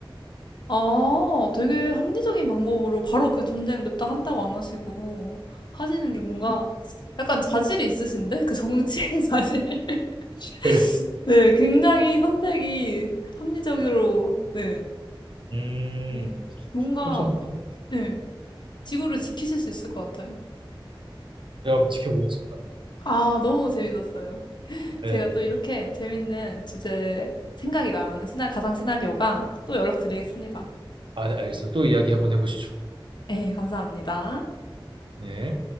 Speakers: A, on the left; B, on the right.
A: 아 되게 합리적인 방법으로 바로 그 전쟁 냅다 한다고 안 하시고 하시는 게 뭔가 약간 자질이 있으신데? 그 정치의 자질. <laughs>
B: 그래.
A: 네, 굉장히 선택이 합리적으로 네.
B: 음,
A: 네. 뭔가
B: 엄청 큰 거.
A: 네. 지구를 지키실 수 있을 것 같아요.
B: 제가 한번 지켜보겠습니다.
A: 아, 너무 재밌었어요.
B: 네.
A: 제가 또 이렇게 재밌는 주제 생각이 나면은 시나 가상 시나리오가 또 연락드리겠습니다.
B: 아, 알겠습니다. 또 이야기 한번 해보시죠.
A: 네, 감사합니다.
B: 네.